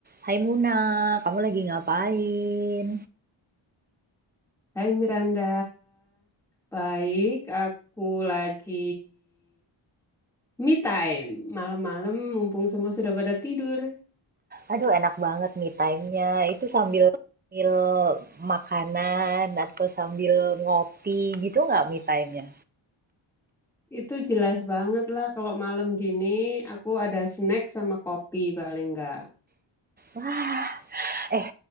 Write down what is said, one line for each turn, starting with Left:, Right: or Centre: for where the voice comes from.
Right: Hai Muna, kamu lagi ngapain?
Centre: Hai Miranda, baik. Aku lagi me time malam-malam, mumpung semua sudah pada tidur.
Right: Aduh, enak banget me time-nya. Itu sambil sambil makanan atau sambil ngopi gitu nggak me time-nya?
Centre: Itu jelas banget lah kalau malam gini aku ada snack sama kopi paling enggak.
Right: Wah, eh,